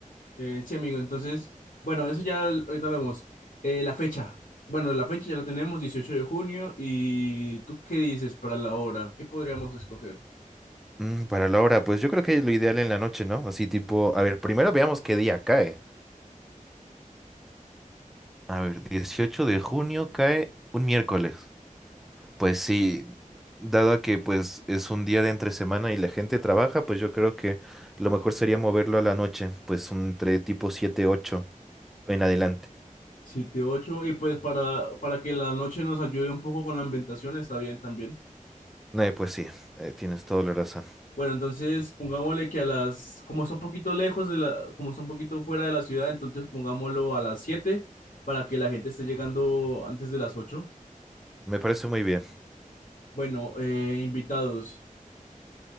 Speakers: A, on the left; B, in the centre.
A: Eh, sí, amigo, entonces, bueno, eso ya l- ahorita vemos. Eh, la fecha. Bueno, la fecha ya la tenemos, 18 de junio. ¿Y tú qué dices para la hora? ¿Qué podríamos escoger?
B: Mm, para la hora, pues yo creo que lo ideal en la noche, ¿no? Así tipo, a ver, primero veamos qué día cae. A ver, 18 de junio cae un miércoles. Pues sí, dado a que pues es un día de entre semana y la gente trabaja, pues yo creo que lo mejor sería moverlo a la noche, pues entre tipo siete ocho en adelante.
A: siete, ocho y pues para, para que la noche nos ayude un poco con la ambientación, está bien también.
B: Eh, pues sí, eh, tienes toda la razón.
A: Bueno, entonces pongámosle que a las, como está un poquito lejos de la, como está un poquito fuera de la ciudad, entonces pongámoslo a las 7 para que la gente esté llegando antes de las ocho
B: Me parece muy bien.
A: Bueno, eh, invitados